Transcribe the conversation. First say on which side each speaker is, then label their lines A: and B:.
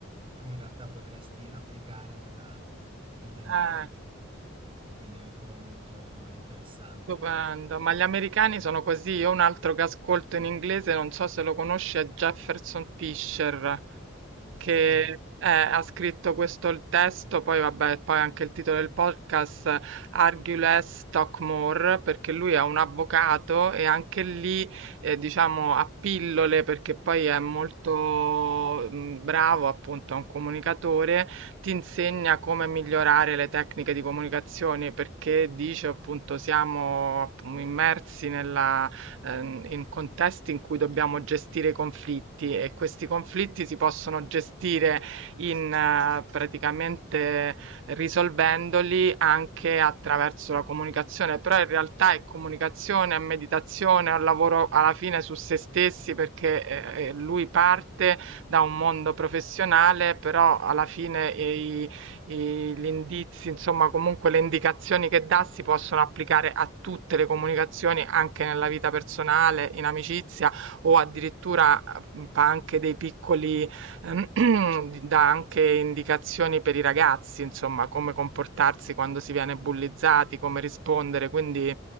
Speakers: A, on the right (about 25°); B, on the right (about 60°).
A: tu in realtà potresti applicare nella vita di
B: Eh.
A: tutti i giorni. Quindi lo trovo molto interessante.
B: Stupendo, ma gli americani sono così. Io un altro che ascolto in inglese, non so se lo conosci, è Jefferson Fisher, che
A: Sì.
B: eh, ha scritto questo il testo, poi vabbè, poi anche il titolo del podcast, Argue Less, Talk More, perché lui è un avvocato e anche lì, eh, diciamo, a pillole, perché poi è molto mm, bravo, appunto, è un comunicatore ti insegna come migliorare le tecniche di comunicazione perché dice appunto siamo appu- immersi nella, ehm, in contesti in cui dobbiamo gestire i conflitti e questi conflitti si possono gestire in eh, praticamente risolvendoli anche attraverso la comunicazione, però in realtà è comunicazione, è meditazione, è un lavoro alla fine su se stessi perché eh, eh, lui parte da un mondo professionale, però alla fine i, i- gli indizi, insomma, comunque le indicazioni che dà si possono applicare a tutte le comunicazioni, anche nella vita personale, in amicizia o addirittura mh, fa anche dei piccoli, eh, <clears throat> dà anche indicazioni per i ragazzi, insomma, come comportarsi quando si viene bullizzati, come rispondere, quindi